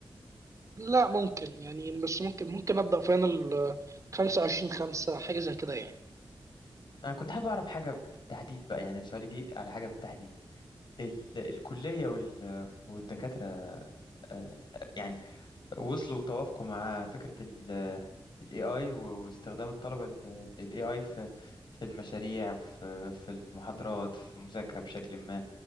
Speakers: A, on the right; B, on the left.
A: لا ممكن يعني بس ممكن ممكن ابدا فاينل آه، 25 5 حاجه زي كده يعني
B: انا كنت حابب اعرف حاجه بالتحديد بقى يعني سؤالي جه على حاجه بالتحديد ال الكليه وال والدكاتره آه، يعني وصلوا وتوافقوا مع فكره ال ال AI و- واستخدام الطلبه لل لل AI في في المشاريع في في المحاضرات في المذاكره بشكل ما